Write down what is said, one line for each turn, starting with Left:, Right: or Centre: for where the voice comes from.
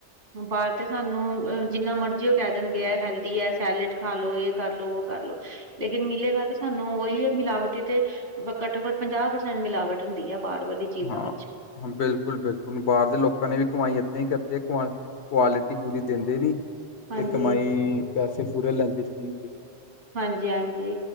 Right: ਬਾਹਰ ਤੇ ਸਾਨੂੰ ਜਿੰਨਾ ਮਰਜ਼ੀ ਓ ਕਹਿ ਦੇਣਗੇ ਹੈਲਦੀ ਐ ਸੈਲਡ ਖਾ ਲੋ ਏ ਕਰਲੋ ਓ ਕਰ ਲੋ। ਲੇਕਿਨ ਮਿਲੇਗਾ ਤੇ ਸਾਨੂੰ ਉਹੀ ਐ ਮਿਲਾਵਟੀ ਤੇ ਘੱਟੋ ਘੱਟ ਪੰਜਾਹ ਪ੍ਰਸੈਂਟ ਮਿਲਾਵਟ ਹੁੰਦੀ ਐ। ਬਾਹਰ ਵਾਲੀ ਚੀਜ਼ਾਂ
Left: ਹਾਂ
Right: ਵਿੱਚ।
Left: ਹਾਂ, ਬਿਲਕੁਲ ਬਿਲਕੁਲ ਬਾਹਰ ਦੇ ਲੋਕਾਂ ਨੇ ਵੀ ਕਮਾਈ ਏਦਾਂ ਈ ਕਰਦੀ ਐ ਕੁ ਕੁਆਲਿਟੀ ਪੂਰੀ ਦਿੰਦੇ ਨੀ
Right: ਹਾਂਜੀ
Left: ਤੇ ਕਮਾਈ ਪੈਸੇ ਪੂਰੇ ਲੈਂਦੇ ਸੀ।
Right: ਹਾਂਜੀ ਹਾਂਜੀ,